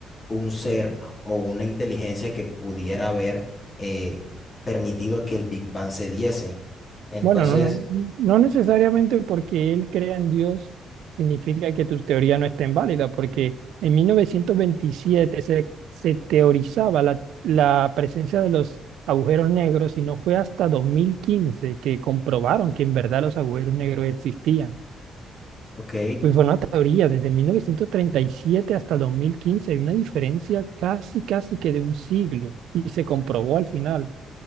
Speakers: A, on the left; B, on the right.
A: un ser o una inteligencia que pudiera haber eh, permitido que el Big Bang se diese. Entonces,
B: Bueno, no, no no necesariamente porque él crea en Dios significa que tu teoría no esté válida porque en 1927 se, se teorizaba la, la presencia de los agujeros negros y no fue hasta 2015 que comprobaron que en verdad los agujeros negros existían.
A: ok,
B: Pues fue una teoría desde 1937 hasta 2015 hay una diferencia casi, casi que de un siglo y se comprobó al final.